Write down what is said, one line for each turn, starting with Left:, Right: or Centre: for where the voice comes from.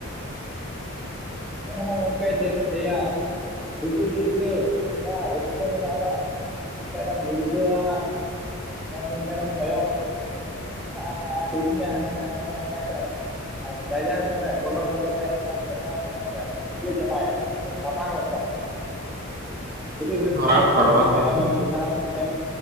Centre: ᱦᱮᱸ ᱦᱟᱱᱟ ᱜᱚᱝᱠᱮ ᱪᱮᱫ ᱞᱤᱧ ᱞᱟᱹᱭᱟ ᱜᱩᱰᱩ ᱞᱩᱲᱜᱟᱹᱣ ᱡᱟ ᱨᱟᱹᱥᱠᱟᱹ ᱢᱮᱱᱟᱜᱼᱟ ᱵᱟᱝ᱾ ᱢᱤᱫ ᱥᱮᱫ ᱨᱮᱫᱚᱢ ᱞᱩᱲᱜᱟᱹᱣᱟ ᱟᱨ ᱢᱤᱫ ᱥᱮᱫᱚᱢ ᱠᱚᱭᱚᱜᱼᱟ ᱾ ᱠᱟᱜ-ᱟᱨ ᱤᱱᱤᱭᱟᱜ ᱦᱟᱱᱤᱭᱟᱜ ᱦᱟᱱᱤᱭᱟ ᱚᱱᱠᱟ ᱢᱮᱫᱴᱮᱡ ᱢᱟᱱᱮ ᱟᱨ ᱜᱟᱡᱟᱲ ᱠᱚᱨᱮᱜ ᱵᱚᱞᱚ ᱵᱚᱞᱚ ᱛᱮ ᱮᱠᱫᱚᱢ ᱜᱟᱡᱟᱣ-ᱢᱟᱡᱟᱣ ᱨᱮ ᱤᱭᱟᱹ ᱪᱟᱵᱟᱭᱮᱫ ᱛᱟᱦᱮᱱᱟ ᱥᱟᱥᱟᱝ ᱜᱚᱫ ᱠᱟᱱ ᱛᱟᱦᱮᱱᱟ ᱾ ᱟᱹᱰᱤ ᱨᱟᱹᱥᱠᱟᱹ
Right: ᱱᱚᱣᱟ
Centre: ᱧᱟᱢᱚᱜᱼᱟ
Right: ᱟᱴ ᱯᱟᱴ
Centre: ᱜᱚᱢᱠᱮ
Right: ᱵᱟᱝ ᱜᱚᱝᱠᱮ
Centre: ᱟᱵᱮᱱ ᱢᱤᱫ ᱫᱷᱟᱣ ᱵᱮᱱ ᱥᱮᱱ